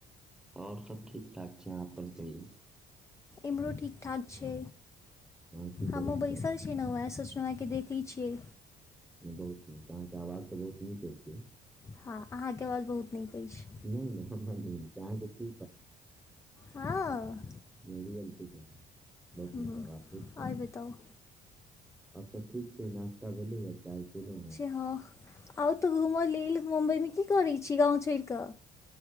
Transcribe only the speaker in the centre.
आओर सब ठीकठाक छै अहाँ अपन कहियौ
अहाँ की
करै
छियै
नहि बहुत नीक अहाँ के आवाज तऽ बहुत नीक होइत छै
नहि नहि हमरा नहि कहाँ के की
नहि गत बत
नतााबा ठीक त
और सभ ठीक छै नाश्ता भेलैए चाय केलहुँ हेँ